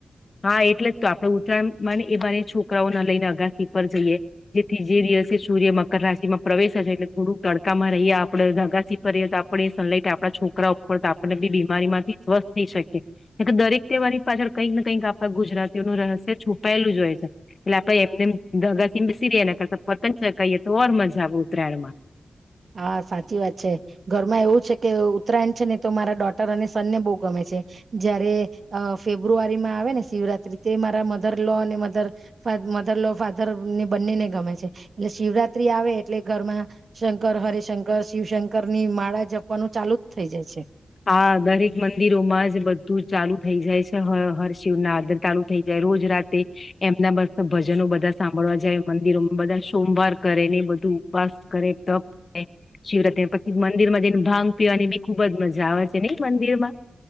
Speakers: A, on the left; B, on the right.
A: હા, એટલે જ તો આપણેે ઉત્તરાયણ મા એ બહાને છોકરાઓને લઈને અગાસી પર જઈએ જેથી જે દિવસે સૂર્ય મકર રાશિ માં પ્રવેશ હશે એટલે થોડુંક તડકામાં રહીએ આપડે અગાસી પર રએ તો આપણે સનલાઈટ આપણા છોકરા ઉપર તો આપણને બી બીમારી માંથી સ્વસ્થ થઈ શકીએ દરેક તેહેવાની પાછળ કંઈક ને કં કઈક આપણા ગુજરાતીઓ નું રહસ્ય છુપાયેલું જ હોય છે એટલે આપે એમને દગાસસીરી કરતા પતંગ ચકઈએ તો ઓર મજા આવે ઉતરાયણમાં.
B: હા, સાચી વાત છે ઘરમાં એવું છે કે ઉત્તરાયણ છે ને તો મારા ડોટર અને સનને બહુ ગમે છે જયારે ફેબ્રુઆરીમાં આવે ને શિવરાત્રી તે મારા મધર લો અને મધર-મધર લો, ફાધર ને બંનેને ગમે છે એટલે શિવરાત્રી આવે એટલે ઘરમાં શંકર હરિશંકર શિવશંકર ની માળા જપ વા નું ચાલુ જ થઈ જાય છે.
A: હા, દરેક મંદિરોમાં જ બધું ચાલુ થઈ જાય છે હર હર શિવ નાથ ચાલુ થઈ જાય રોજ રાતે એમના બસ ભજનો બધા સાંભળવા જાય મંદિરોમાં બધા સોમવાર કરે ને બધું ઉપવાસ કરે, તપ કરે, શિવરાત્રી પછી મંદિર માં જઈને ભાંગ પીવાની ભી ખુબ જ મજા જ આવે છે નહી મંદિરમાં